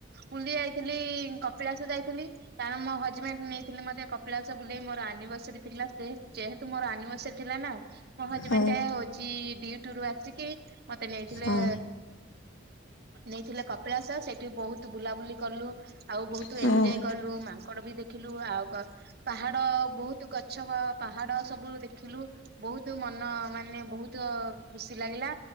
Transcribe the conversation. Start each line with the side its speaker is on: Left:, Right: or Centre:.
Right: ବୁଲି ଯାଇଥିଲି, କପିଳାସ ଯାଇଥିଲି। କାରଣ ମୋ ହଜବେଣ୍ଡ ନେଇଥିଲେ ମତେ କପିଳାସ ବୁଲେଇ ମୋର ଆନିଭର୍ସରୀ ଥିଲା, ସେ ଯେହ ତୁ ମୋର ଆନିଭର୍ସରୀ ଥିଲା ନା। ମୋ ହଜବେଣ୍ଡ
Left: ହୁଁ
Right: ଟା ହଉଛି ଡିଉଟୁରୁୁ ଆସିକି ମତେ ନେଇଥିଲେ
Left: ହୁଁ
Right: ନେଇଥିଲେ କପିଳାସ ସେଠି ବହୁତ ବୁଲାବୁଲି କଲୁ। ଆଉ ବହୁତ
Left: ହୁଁ
Right: ଏଞ୍ଜୟ କଲୁ ମାଙ୍କଡ ବି ଦେଖିଲୁ ଆଉ କ ପାହାଡ ବହୁତ ଗଛ ପାହାଡ ସବୁ ଦେଖିଲୁ। ବହୁତ ମନ ମାନେ ବହୁତ ଖୁସି ଲାଗିଲା